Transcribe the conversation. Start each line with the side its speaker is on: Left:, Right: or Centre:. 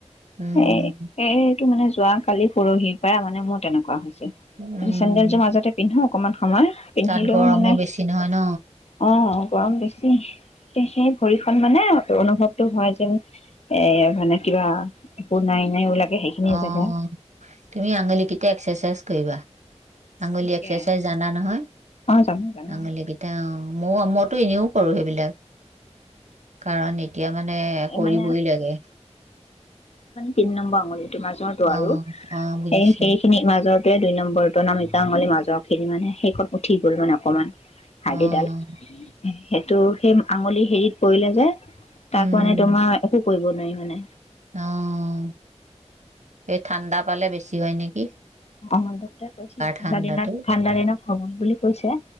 Right: উম,
Left: এ এইটো মানে যোৱা কালি পৰহিৰ পৰাাৰ মানে মোৰ তেনেকুৱা হৈছে।
Right: উম,
Left: চেণ্ডেল যোৰ মাজতে পিন্ধো অকমান আমাৰ পিন্ধিলেও
Right: তাত গৰমো
Left: মানাই
Right: বেছি নহয় ন?
Left: অ'। গৰম বেছি সেই ভৰিখন মানে অনুভৱতটো হয় যেন এ মানে কিবা একো নাই। <unintelligible>
Right: অ',
Left: জেগা
Right: তুমি আঙুলিকেইটা এক্সাৰচাইজ কৰিবা। আঙুলি
Left: তাকে
Right: এক্সাৰচাইজ জনা নহয়
Left: অ জানো জানো
Right: আঙুলি কেইটা অ'। মই মইতো এনেও কৰো সেইবিলাক। কাৰণ এতিয়া মানে
Left: এই
Right: কৰিবই
Left: মানে
Right: লাগে।
Left: কিন্ম মূল মাজৰটো
Right: অ'
Left: আৰু
Right: অ' বুজিছে
Left: সেই সেইখিনিৰ মাজৰটোৱে দুই নম্ব <unintelligible> আঙলিৰ মাজৰখিনি মানে সেইকণ উঠি গ'ল মানে অকণমান। হাৰ্দিডাল
Right: অ'
Left: সেইটো সেই আঙুলি হেৰিত পৰিলে যে। তাক
Right: উম
Left: মানে তোমাৰ কৰিব নোৱাৰি মানে।
Right: অ', এই ঠাণ্ডা পালে বেছি হয় নেক
Left: অ', ডক্টৰে কৈছিলে। ঠাণ্ডা
Right: ঠাণ্ডাটো
Left: দিনত, ঠাণ্ডা দিনত হ'ব বুলি কৈছে,